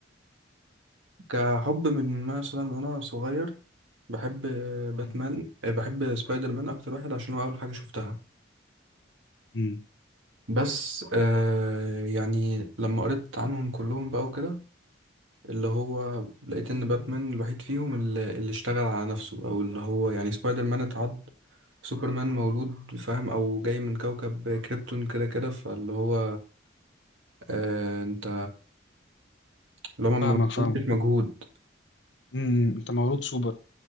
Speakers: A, on the right; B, on the left.
A: كحب من مثلا وانا صغير بحب
B: مم.
A: باتمان آه، بحب سبايدر مان اكتر واحد عشان هو اول حاجه شفتها
B: مم.
A: بس آه يعني لما قريت عنهم كلهم بقى وكده اللي هو لقيت ان باتمان الوحيد فيهم اللي, اللي اشتغل على نفسه او اللي هو يعني سبايدر مان اتعض سوبرمان مولود فاهم او جاي من كوكب كريبتون كده كده فاللي هو آه انت اللي هو ما
B: فاهمك فاهمك
A: بذلتش مجهود
B: امم انت مولود سوبر